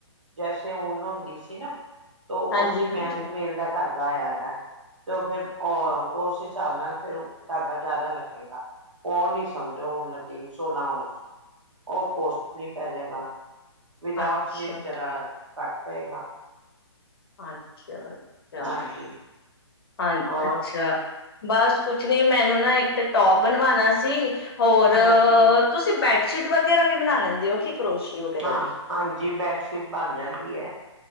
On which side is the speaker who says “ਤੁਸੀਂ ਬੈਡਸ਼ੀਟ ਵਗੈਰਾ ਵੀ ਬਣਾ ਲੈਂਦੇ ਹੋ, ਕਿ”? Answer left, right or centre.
Left